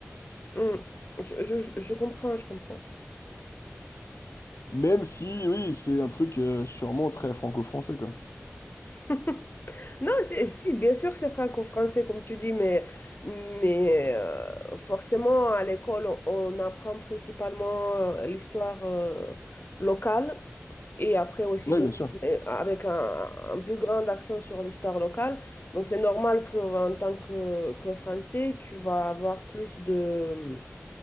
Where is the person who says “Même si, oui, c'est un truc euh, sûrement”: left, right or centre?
Left